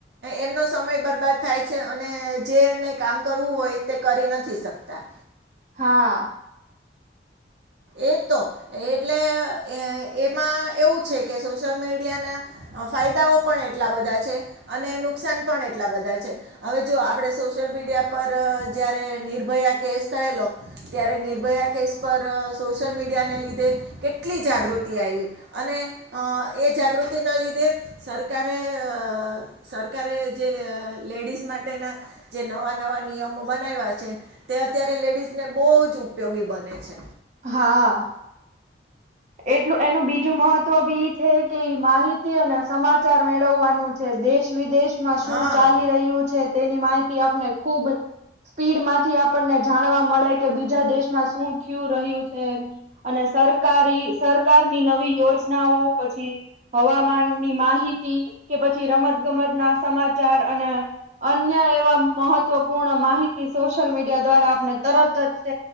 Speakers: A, on the right (about 70°); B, on the right (about 40°).
A: એમનો સમય બરબાદ થાય છે અને જે એને કામ કરવું હોય તે કરી નથી શકતા
B: હા
A: એજ તો એટલે અહહ એમાં એવું છે કે સોશિયલ મીડિ ફાયદાઓ પણ એટલા બધા છે અને નુકસાન પણ એટલા બધા છે હવે જોવો તો આપણે સોશિયલ મીડિયા પર જ્યારે નિર્ભયા કેસ થયેલો ત્યારે નિર્ભયા કેસ પર સોશિયલ મીડિયાને લીધે કેટલી જાગૃતિ આવી અને અહહ એ જાગૃ પ્રવૃત્તિના લીધે સરકારે અહહ સરકારે જે અહહ લેડીઝ માટેના જે નવા નવા નિયમો બનાવ્યા છે તે અત્યારે લેડીઝને બહુ જ ઉપયોગી બને છે.
B: હા એટલું એનું બીજું મહત્વ બી ઇ છે કે માહિતી અને સમાચાર મેળવવાનું છે. દેશ વિદેશમાં
A: હા
B: શું ચાલી રહ્યું છે તેની માહિતી આપને ખુબ સ્પીડમાંથી આપણને જાણવા મળે કે બીજા દેશમાં શું થિયું રહ્યું છે. અને સરકારી સરકારની નવી યોજનાઓ પછી હવામાનની માહિતી કે પછી રમત ગમત ના સમાચાર અને અન્ય એવા મહ મહત્વપૂર્ણ માહિતી સોશિયલ મીડિયા દ્વારા આપને તરત જ